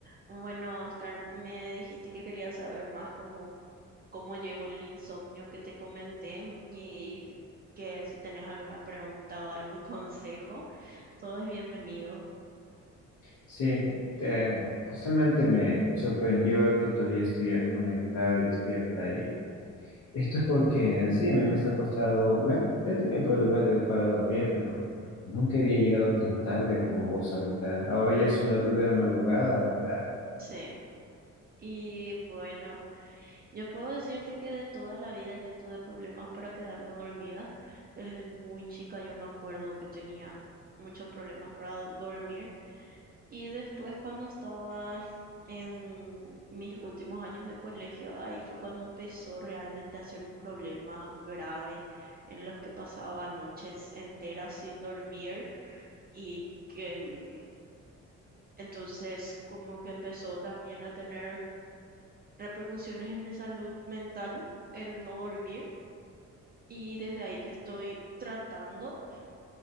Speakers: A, on the right; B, on the left.
A: Bueno, Oscar, me dijiste que querías saber más cómo, cómo llevo el insomnio que te comenté mm, y que si tenés alguna pregunta o algún <laughs> consejo, todo es bienvenido.
B: Sí, eh, justamente me sorprendió ver que todavía estuvieras conectada y despierta. Y esto es porque, sí, a mí me está costado, me ha- he tenido problemas de- para dormir, pero nunca había llegado tan tarde como vos ahorita. Ahora ya son las dos de la madrugada, ¿verdad?
A: Sí. Y bueno, yo puedo decirte que de toda la vida yo tuve problemas para quedarme dormida. Desde muy chica yo me acuerdo que tenía muchos problemas para do- dormir. Y después cuando estaba en mis últimos años de colegio, ahí fue cuando empezó realmente a ser un problema grave en los que pasaba noches enteras sin dormir y que mm, entonces como que empezó también a tener repercusiones en mi salud mental el no dormir y desde ahí que estoy tratando